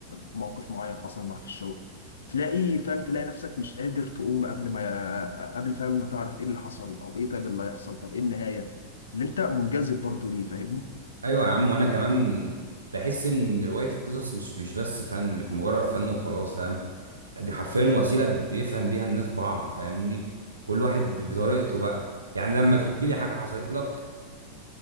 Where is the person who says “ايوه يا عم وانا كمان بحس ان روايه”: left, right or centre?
Right